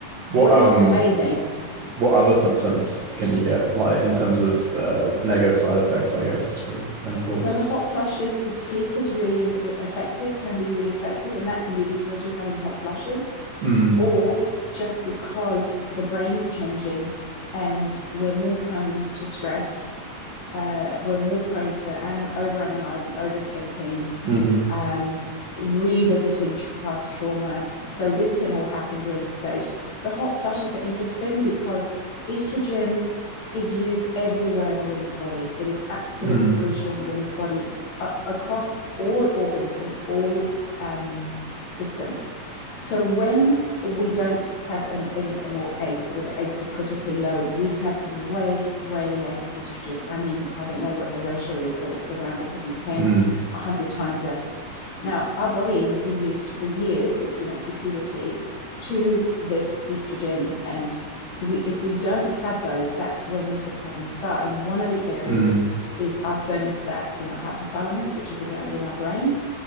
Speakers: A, on the right (about 70°); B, on the left (about 60°).
A: what,
B: what
A: um,
B: is amazing
A: what other symptoms can you get like in terms of uh negative side effects, I guess, from menopause?
B: so the hot flushes the sleep is really affected can be really affected and that can be because you're having hot flushes
A: Mm,
B: or just because the brain is changing and we're more prone to stress uh, we're more prone to anal- overanalyzing overthinking
A: hmm
B: um, revisiting tr- past trauma. So this can all happen during the stage. The hot flushes are interesting because estrogen is used everywhere in a woman's body. It is absolutely
A: Mm,
B: crucial in a woman's body uh, across all organs and all um, systems. So when we don't have an, any more eggs or the eggs are critically low, we have way, way less estrogen. I mean, I don't know what the ratio is, but it's around, it could be 10
A: mm,
B: 100 times less. Now, our body has been used for years since we went through puberty to this estrogen. And we, if we don't have those, that's when the problems start. And one of the areas
A: mm.
B: is our thermostat in our hypothalamus, which is a gland in our brain.